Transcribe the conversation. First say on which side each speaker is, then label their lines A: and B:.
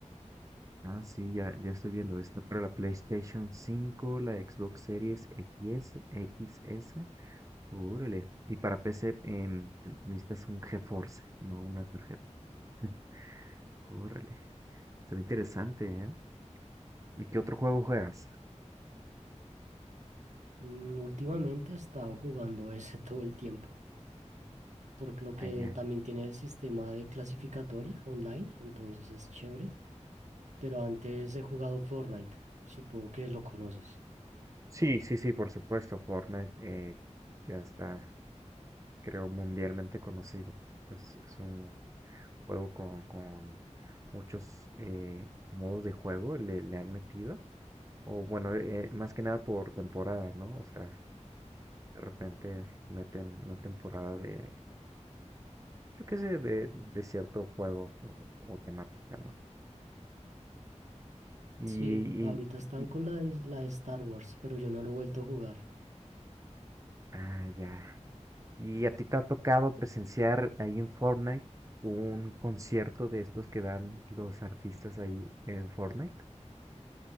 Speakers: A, on the right; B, on the right.
A: Ah, sí, ya, ya estoy viendo. Está para la PlayStation cinco, la Xbox Series X X S. Órale. Y para PC en, necesitas un GeForce, no una tarjeta. <laughs> Órale. Está interesante, ¿eh? ¿Y qué otro juego juegas?
B: Mm, Últimamente he estado jugando ese <laughs> todo el tiempo, por lo que
A: Ah, ya.
B: también tiene el sistema de clasificatoria online, entonces es chévere. pero antes he jugado Fortnite. Supongo que lo conoces.
A: Sí, sí, sí, por supuesto, Fortnite. Eh, ya está. creo, mundialmente conocido. Es, es un juego con, con muchos eh, modos de juego le, le han metido. O bueno, eh, más que nada por temporada, ¿no? O sea, de repente meten una temporada de, yo qué sé, de, de cierto juego o, o temática, ¿no? Y,
B: Sí,
A: y-
B: ahorita están
A: y-
B: con la, de- la de Star Wars, pero yo no lo he vuelto a jugar.
A: ah, ya. ¿Y a ti te ha tocado presenciar ahí en Fortnite un concierto de estos que dan los artistas ahí en Fortnite?